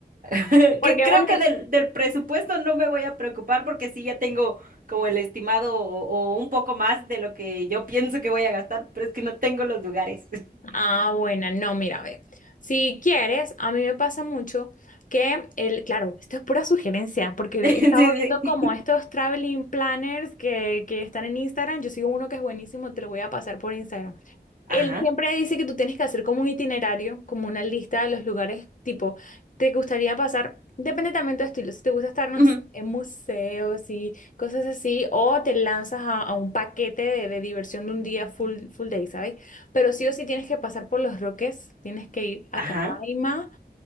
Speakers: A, on the right (about 55°); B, on the left (about 50°).
A: <laughs>
B: Porque
A: Que creo
B: bueno,
A: que del, del presupuesto no me voy a preocupar porque sí ya tengo como el estimado o, o un poco más de lo que yo pienso que voy a gastar, pero es que no tengo los lugares. <laughs>
B: Ah, buena, no, mira, ve. Si quieres, a mí me pasa mucho que el, claro, esto es pura sugerencia, porque he
A: Sí,
B: estado viendo como
A: sí.
B: estos traveling planners que, que están en Instagram. Yo sigo uno que es buenísimo, te lo voy a pasar por Instagram. Él
A: Ajá.
B: siempre dice que tú tienes que hacer como un itinerario, como una lista de los lugares, tipo, te gustaría pasar, depende también de tu estilo, si te gusta estar no
A: ujú,
B: sé, en museos y cosas así, o te lanzas a, a un paquete de, de diversión de un día full, full day, ¿sabes? Pero sí o sí tienes que pasar por Los Roques, tienes que ir a
A: Ajá.
B: Canaima.